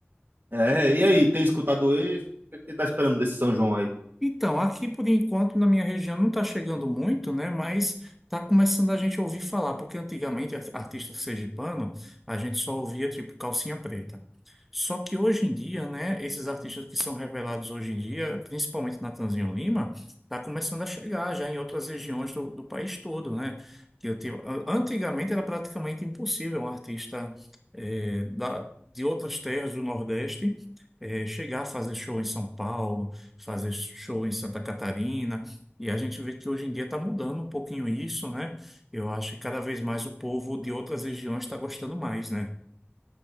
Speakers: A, on the right; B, in the centre.
A: é, e aí, tem escutado esse? O que você tá esperando desse São João aí?
B: Então, aqui por enquanto na minha região não está chegando muito, né? Mas está começando a gente ouvir falar, porque antigamente ar- artista sergipano a gente só ouvia tipo calcinha preta. Só que hoje em dia, né? Esses artistas que são revelados hoje em dia, principalmente Natanzinho Lima, está começando a chegar já em outras regiões do, do país todo, né? Que eu tive- an- antigamente era praticamente impossível um artista eh, da, de outras terras do Nordeste eh, chegar a fazer show em São Paulo fazer show em Santa Catarina. E a gente vê que hoje em dia está mudando um pouquinho isso, né? Eu acho que cada vez mais o povo de outras regiões está gostando mais, né?